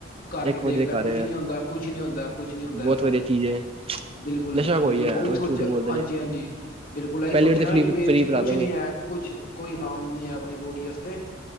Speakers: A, on the left; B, on the right.
A: ਕਰਕੇ
B: ਇੱਕ
A: ਦੇਖ
B: ਵਾਰੀ ਦੇ
A: ਲੈ
B: ਘਰ
A: ਕੁਛ ਨੀ ਆਦਾ। ਕੁਛ ਨੀ ਹੁੰਦਾ ਕੁਛ ਨੀ ਹੁੰਦਾ
B: ਬਹੁਤ
A: ਇਹਦੇ ਨਾਲ
B: ਵਧੀਆ ਚੀਜ਼ ਹੈ
A: ਬਿਲਕੁਲ-ਬਿਲਕੁਲ
B: ਨਸ਼ਾ ਕੋਈ ਹੈ
A: ਉਹ ਵੀ ਸੋਚ
B: ਝੂਠ ਬੋਲਦੇ
A: ਹਾਂਜੀ-ਹਾਂਜੀ
B: ਨੇ
A: ਬਿਲਕੁਲ ਇਹੀ
B: ਪਹਿਲੀ
A: ਸੋਚਿਆ
B: ਵਾਰੀ ਤੇ ਫਰੀ
A: ਆ ਨਾ ਕਿ ਵੀ ਇਹਦੇ
B: ਫਰੀ
A: ਚ
B: ਪਿਲਾ
A: ਕੁਛ
B: ਦਾਂਗੇ
A: ਨੀ ਹੈ ਕੁਛ ਕੋਈ ਹਾਰਮ ਨੀ ਹੈ ਆਪਣੀ ਬੋਡੀ ਵਾਸਤੇ,